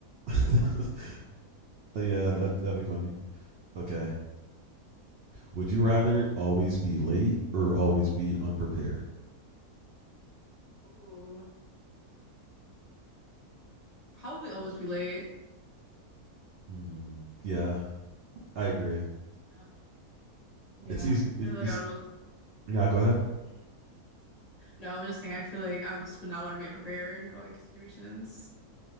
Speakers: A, on the right (about 70°); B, on the left (about 35°).
A: <laughs> Uh, yeah,
B: Okay.
A: that that'd be funny. Okay, would you rather always be late or always be unprepared?
B: Ooh. probably always be late.
A: Hmm, yeah, I agree.
B: Yeah. Yeah.
A: It's easy. It,
B: I feel like
A: it's
B: I would,
A: yeah. Go ahead.
B: Mhm. no, I was just saying, I feel like I would just would not want to be unprepared going to situations.